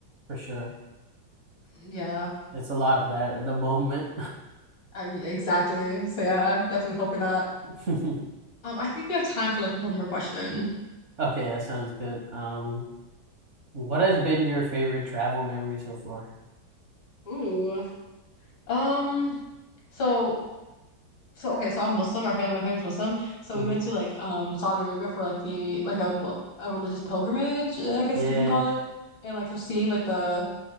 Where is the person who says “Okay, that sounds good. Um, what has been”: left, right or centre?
Right